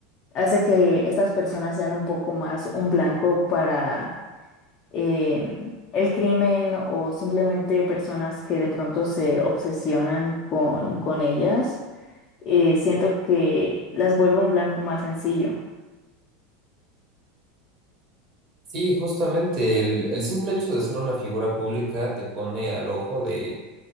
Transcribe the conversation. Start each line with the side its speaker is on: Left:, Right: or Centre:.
Left: hace que estas personas sean un poco más un blanco para eh, el crimen o simplemente personas que de pronto se obsesionan con, con ellas. Eh, siento que las vuelve un blanco más sencillo.
Right: Sí, justamente el, el simple hecho de ser una figura pública te pone al ojo de,